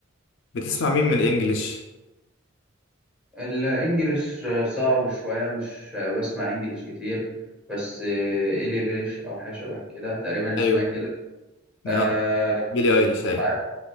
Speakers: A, on the left; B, in the centre.
A: بتسمع مين من الانجليش
B: الإنجليش آه، صعب شوية مش آه، بسمع إنجليش كتير بس آه، إيلي بليش أو حاجة شبه كده تقريبا اسمها
A: ايوه
B: كده
A: آه،
B: آه،
A: بيلي ايليش
B: ساعات
A: ايوه